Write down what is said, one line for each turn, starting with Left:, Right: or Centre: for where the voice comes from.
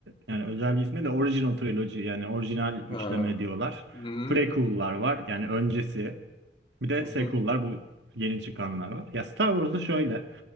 Right: yani özel bir ismi de Original Trilogy yani orijinal üçleme
Left: Ha.
Right: diyorlar.
Left: Hı hı.
Right: Prequel'lar var yani öncesi. Bir de
Left: Hı hı.
Right: sequel'lar bu yeni çıkanlar var. Ya Star Wars'da şöyle